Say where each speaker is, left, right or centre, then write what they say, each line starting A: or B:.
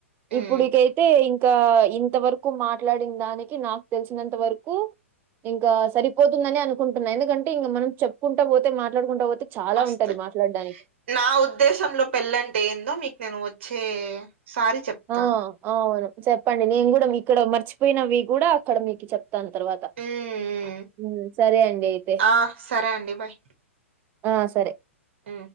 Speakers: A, on the right (about 55°); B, on the right (about 25°).
A: హ్మ్
B: ఇప్పుడుకై తే ఇంకా ఇంతవరకు మాట్లాడిన దానికి నాకు తెలిసినంత వరకు ఇంకా సరిపోతుందని అనుకుంటున్నా ఎందుకంటే ఇంక మనం చెప్పుకుంటా పోతే మాట్లాడుకుంటా పోతే అలా
A: వస్తాయి
B: ఉంటది మాట్లాడ
A: నా ఉద్దేశంలో పెళ్ళంటే ఏందో మీకు నేను వచ్చే సారి చెప్తాను.
B: ఆ అవును చెప్పండి నేను కూడా ఇక్కడ మర్చిపోయినవి కూడా అక్కడ మీకు చెప్ప ప్తను తర్వాత
A: హ్మ్ హ్మ్
B: ఉ సరే అండి అయితే
A: ఆ సరే అండి బాయ్
B: ఆ సరే
A: ఆ